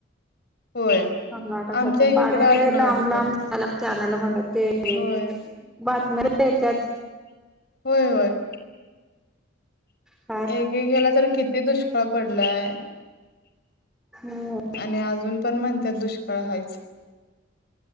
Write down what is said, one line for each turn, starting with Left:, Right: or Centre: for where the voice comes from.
Left: होय
Centre: हटकतून
Left: आमच्या
Centre: पाणी
Left: इकडं अजून
Centre: ल
Left: असं
Centre: लांब लांब. <unintelligible> लागते आणायला म्हणतात ते
Left: होय
Centre: बातम्या येतात. <unintelligible>
Left: होय होय.
Centre: ह. <inaudible>
Left: एकेकेला तर किती दुष्काळ पडलाय.
Centre: हा. <unintelligible>
Left: आणि अजून पण म्हणतात दुष्काळ हायच.